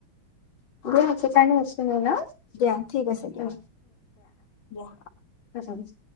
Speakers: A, on the left; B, on the left.
A: <unintelligible> ন'
B: দিয়া ঠিক আছে দিয়া,
A: উম
B: দিয়া।
A: ঠিক আছে।